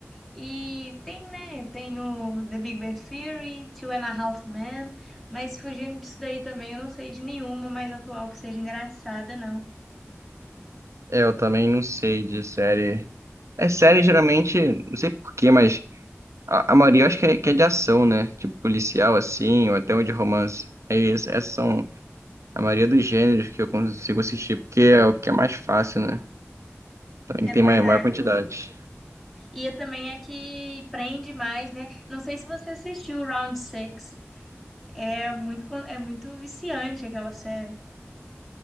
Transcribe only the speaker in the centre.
E tem, né? Tem o The Big Bang Theory, Two and a Half Men, mas fugindo disso daí também, eu não sei de nenhuma mais atual que seja engraçada, não.
É, pois
é.
E é também é que prende mais, né? Não sei se você assistiu o Round Six É muito, co- é muito viciante aquela série.